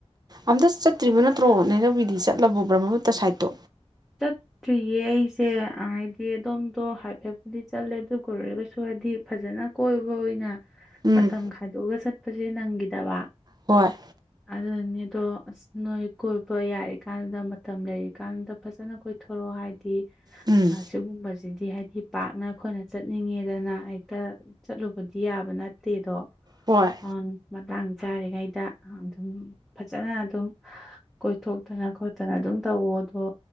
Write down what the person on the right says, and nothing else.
ꯑꯝꯇ ꯆꯠꯇ꯭ꯔꯤꯕ ꯅꯠꯇ꯭ꯔꯣ ꯅꯦꯔꯕꯤꯗꯤ ꯆꯠꯂꯕꯣ ꯕꯔꯃꯨꯕꯨꯨꯇ ꯁꯥꯏꯠꯇꯣ
ꯎꯝ
ꯍꯣꯏ
ꯎꯝ
ꯍꯣꯏ